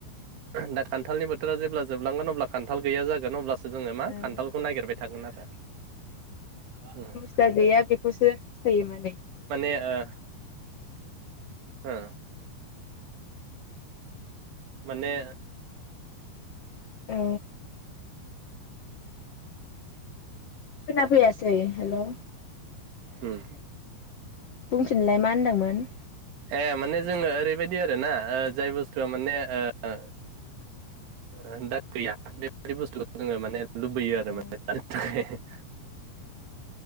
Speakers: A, on the right; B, on the left.
A: दा खान्थालनि बोथोरा जेब्ला जोबलांगोन अब्ला खान्थाल गैया जागोन अब्लासो सोजोङो मा
B: औ
A: खान्थालखौ नागिरबाय थागोन आरो। हम
B: जा गैया बेखौसो हासथायो माने।
A: ए ओ हो माने
B: औ खोनाफैयासै हेलौ
A: हम
B: बुंफिनलाय <unintelligible>
A: ए माने जोङो ओरैबायदि आरो ना ओ जाय बुस्थुआ माने ओ ओ दा गैया बेबायदि बुस्थुखौ जोङो माने लुबैयो आरो
B: औ
A: माने <inaudible>